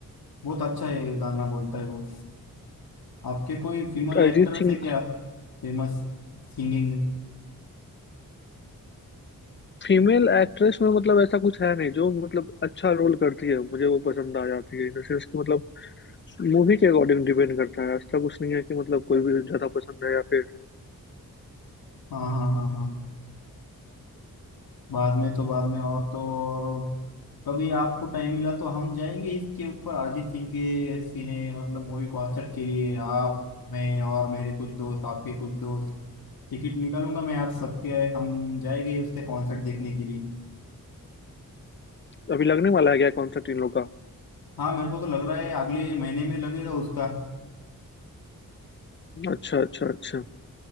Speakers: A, on the left (about 75°); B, on the left (about 30°).
A: बहुत अच्छा ये गाना बोलता है वो आपके कोई फीमेल
B: अरिजीत
A: एक्टर्स
B: सिंह
A: है क्या फेमस सिंगिंग में
B: फीमेल एक्ट्रेस में मतलब ऐसा कुछ है नहीं जो मतलब अच्छा रोल करती है मुझे वो पसंद आ जाती है इन द सेंस कि मतलब मूवी के अकॉर्डिंग डिपेंड करता है ऐसा कुछ नहीं है कि मतलब कोई भी ज्यादा पसंद है या फिर
A: हाँ हाँ हाँ हाँ बाद में तो बाद में और तो और कभी आपको टाइम मिला तो हम जाएंगे इसके ऊपर अरिजीत सिंह के सिने मतलब मूवी कॉन्सर्ट के लिए आप मैं और मेरे कुछ दोस्त आपके कुछ दोस्त टिकट निकालूंगा मैं आप सबके हम जाएंगे उसके कॉन्सर्ट देखने के लिए
B: अभी लगने वाला है क्या कॉन्सर्ट इन लोग का
A: हाँ मेरे को तो लग रहा है अगले महीने में लगेगा उसका
B: अच्छा अच्छा अच्छा तो